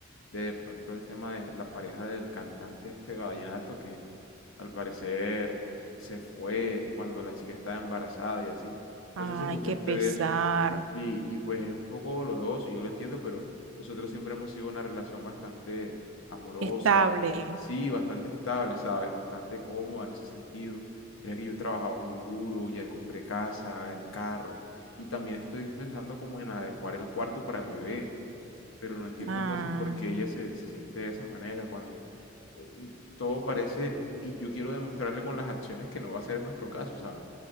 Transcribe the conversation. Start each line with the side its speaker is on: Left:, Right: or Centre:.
Left: de de pronto el tema de la pareja del cantante este vallenato que al parecer se fue cuando la chica estaba embarazada y así.
Right: Ay,
Left: No sé si escuchaste
Right: qué pesar.
Left: de eso. Y, y pues es un poco doloroso, yo lo entiendo, pero nosotros siempre hemos sido una relación bastante amorosa,
Right: Estable.
Left: sí, bastante estable, ¿sabes? Bastante cómoda en ese sentido. Mira que yo trabajaba muy duro, ya compré casa, el carro, y también estoy pensando como en adecuar el cuarto para el bebé. Pero no entiendo
Right: Ay,
Left: entonces por qué ella se, se siente de esa manera cuando mm, todo parece, y yo quiero demostrarle con las acciones que no va a ser nuestro caso, ¿sabes?